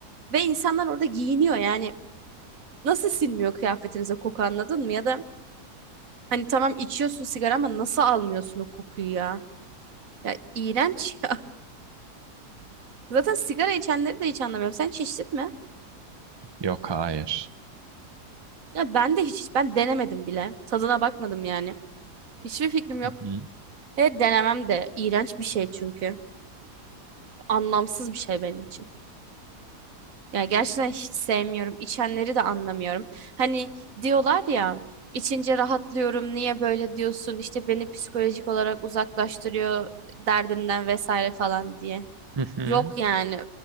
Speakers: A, on the right (about 60°); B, on the right (about 30°).
A: Ve insanlar orada giyiniyor yani. Nasıl sinmiyor kıyafetinize koku anladın mı? Ya da Hani tamam içiyorsun sigara ama nasıl almıyorsun o kokuyu ya? Ya iğrenç ya. <laughs> Zaten sigara içenleri de hiç anlamıyorum. Sen hiç içtin mi?
B: Yok hayır.
A: Ya ben de hiç, ben denemedim bile. Tadına bakmadım yani. Hiçbir fikrim
B: Hı
A: yok.
B: hı.
A: Ve denemem de. İğrenç bir şey çünkü. Anlamsız bir şey benim için. Ya gerçekten hiç sevmiyorum. İçenleri de anlamıyorum. Hani diyorlar ya içince rahatlıyorum. Niye böyle diyorsun? İşte beni psikolojik olarak uzaklaştırıyor derdimden vesaire falan diye.
B: Hı hı.
A: Yok yani.